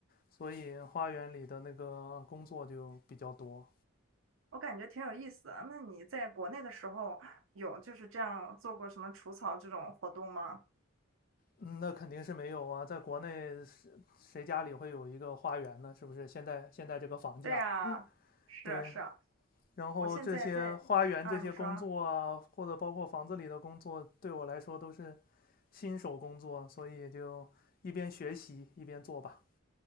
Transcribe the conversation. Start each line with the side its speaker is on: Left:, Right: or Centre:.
Left: 所以花园里的那个工作就比较多。
Right: 我感觉挺有意思的。那你在国内的时候有就是这样做过什么除草这种活动吗？
Left: 嗯，那肯定是没有啊，在国内谁谁家里会有一个花园呢？是不是？现在现在这个房价，
Right: 对呀，
Left: <laughs>
Right: 是啊是啊，
Left: 对，然后这些花园这些工作啊，
Right: 我现在在啊，你说。
Left: 或者包括房子里的工作，对我来说都是新手工作，所以就一边学习一边做吧。